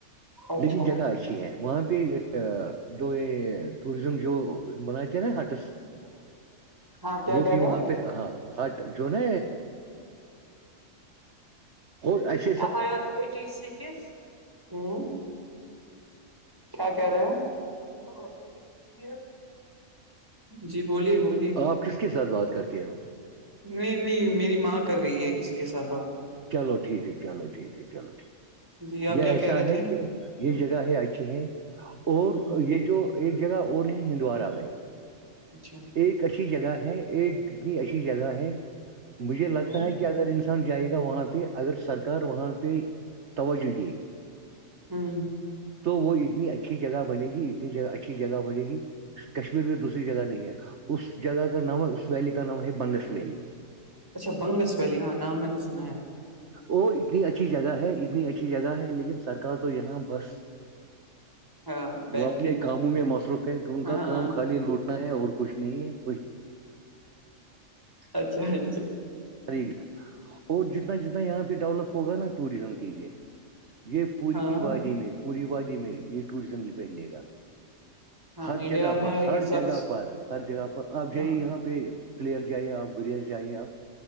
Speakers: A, on the right (about 15°); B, on the right (about 55°).
A: اچھا
B: لیکن جگہ اچھی ہے وہاں پہ جو یہ ٹوریزم جو ہم نا ہاٹس
A: ہاں کیا
B: وہ
A: کہہ
B: بھی
A: رہے
B: وہاں پہ پہ ہاں ہٹ جو نا ہو ایسا
A: F I R eighty six ہوں کیا کہہ رہے ہیں جی بولیے بلی
B: آپ کس کے ساتھ بات کرتے ہو
A: نہیں نہیں میری ماں کر رہی ہے کسی کے ساتھ بات
B: چلو ٹھیک ہے چلو ٹھیک ہے چلو ٹھیک ہے
A: جی آپ
B: یہ
A: کیا
B: ایسا
A: کہہ رہے
B: ہے
A: تھے
B: کہ یہ جگہیں اچھی ہیں اور
A: ہوں
B: یہ جو ایک جگہ اور ہے ہندوارہ میں
A: اچھا
B: ایک اچھی جگہ ہے ایک کتنی اچھی جگہ ہے مجھے لگتا
A: ہوں
B: ہے کہ اگر انسان جائے گا وہاں پہ اگر سرکار وہاں پہ توجہ دے
A: ہاں
B: تو وہ اتنی اچھی جگہ بنے گی اتنی اچھی جگہ بنے گی کشمیر میں دوسری جگہ نہیں ہے اس جگہ کا نام ہے اس ویلی کا نام ہے بنگس ویلی
A: اچھا بنگس ویلی ہاں نام میں نے سنا ہے
B: ا اتنی اچھی جگہ ہے اتنی اچھی جگہ ہے لیکن سرکار تو یہاں بس
A: ہاں بیٹھی
B: وہ اپنے
A: ہے
B: کاموں میں مصروف ہے کہ ان
A: ہاں
B: کا کام خالی لوٹنا ہے اور کچھ نہیں ہے ب
A: اچھا اچھا <inaudible>
B: طریق ہے اور جتنا جتنا یہاں پہ ڈیولپ ہوگا نا ٹوریزم کے لیے یہ پوری
A: ہاں
B: وادی میں پوری وادی میں یہ ٹوریزم پہ لے گا
A: ہاں
B: ہر
A: انڈیا
B: جگہ
A: میں
B: پر
A: ہے یہ
B: ہر
A: سب
B: جگہ پر ہر جگہ پر آپ جائیے
A: ہاں
B: یہاں پہ <inaudible> پہ پلیئر جائی آپ گریز جائیے آپ